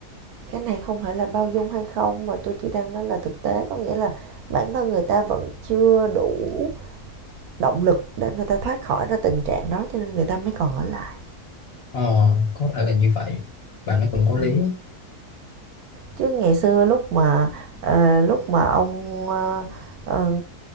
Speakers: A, on the right; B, on the left.
A: cái này không phải là bao dung hay không mà tôi chỉ đang nói là thực tế có nghĩa là bản thân người ta vẫn chưa đủ động lực để người ta thoát khỏi ra tình trạng đó cho nên người ta mới còn ở lại
B: ờ, có thể là như vậy và nó cũng có
A: Ừ.
B: lý
A: chứ ngày xưa lúc mà ờ, lúc mà ông ờ, ờ,